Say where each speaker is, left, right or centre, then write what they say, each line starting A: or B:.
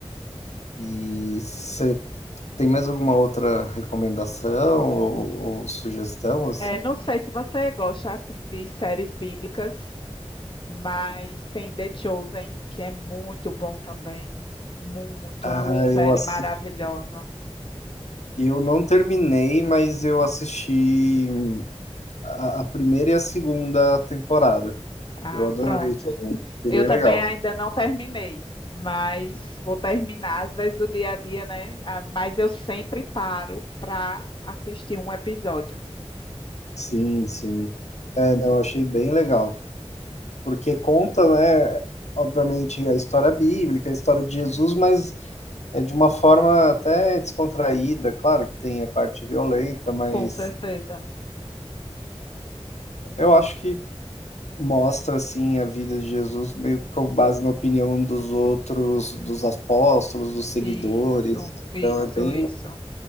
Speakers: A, on the left (about 85°); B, on the left (about 45°).
A: E você tem mais alguma outra recomendação ou, ou sugestão assim?
B: É, não sei se você gosta assim de séries bíblicas. Mas tem The Chosen, que é muito bom também. Muito,
A: Ah,
B: é uma série
A: eu assisti,
B: maravilhosa.
A: eu não terminei, mas eu assisti a, a primeira e a segunda temporada.
B: Ah,
A: Eu adorei
B: pronto.
A: também. Achei
B: Eu
A: bem
B: também
A: legal.
B: ainda não terminei, mas vou terminar às vezes o dia a dia, né? Ah, mas eu sempre paro para assistir um episódio.
A: Sim, sim. É, não, eu achei bem legal. Porque conta, né, obviamente, a história bíblica, a história de Jesus, mas é de uma forma até descontraída. Claro que tem a parte violenta, mas
B: Com certeza.
A: eu acho que mostra, assim, a vida de Jesus meio que com base na opinião dos outros, dos apóstolos, dos seguidores.
B: Isso, isso,
A: Então é bem.
B: isso.